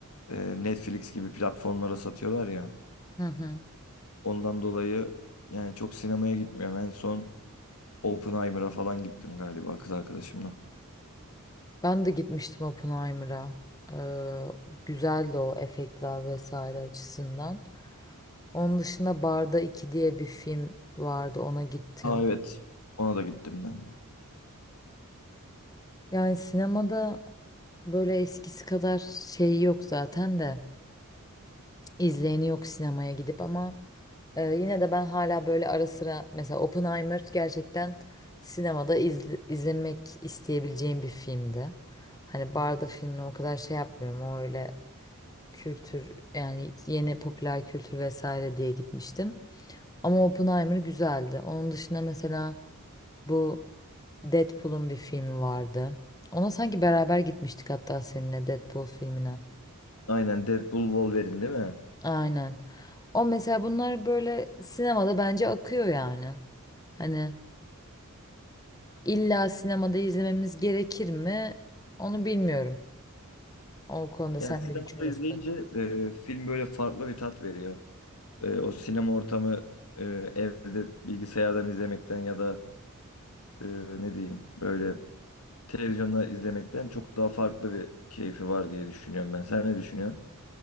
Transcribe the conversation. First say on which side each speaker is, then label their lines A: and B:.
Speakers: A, on the left; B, on the left.
A: e, Netflix gibi platformlara satıyorlar ya.
B: Hı hı.
A: Ondan dolayı yani çok sinemaya gitmiyorum. En son Oppenheimer'a falan gittim galiba kız arkadaşımla.
B: Ben de gitmiştim Oppenheimer'a. Ee, güzeldi o efektler vesaire açısından. Onun dışında Barda 2 diye bir film vardı, ona gittim.
A: Aa evet. Ona da gittim ben de.
B: Yani sinemada böyle eskisi kadar şey yok zaten de. izleyeni yok sinemaya gidip ama e, yine de ben hala böyle ara sıra mesela Oppenheimer gerçekten sinemada izle- izlemek isteyebileceğim bir filmdi. Hani barda filmle o kadar şey yapmıyorum. O öyle kültür yani yeni popüler kültür vesaire diye gitmiştim. Ama Oppenheimer güzeldi. Onun dışında mesela bu Deadpool'un bir filmi vardı. Ona sanki beraber gitmiştik hatta seninle Deadpool filmine.
A: Aynen Deadpool Wolverine değil mi?
B: Aynen. O mesela bunlar böyle sinemada bence akıyor yani. Hani illa sinemada izlememiz gerekir mi? Onu bilmiyorum. O konuda
A: Yani
B: sen
A: sinemada
B: ne düşünürsün?
A: izleyince e, film böyle farklı bir tat veriyor. E, o sinema ortamı e, evde bilgisayardan izlemekten ya da e, ne diyeyim böyle televizyonda izlemekten çok daha farklı bir keyfi var diye düşünüyorum ben. Sen ne düşünüyorsun?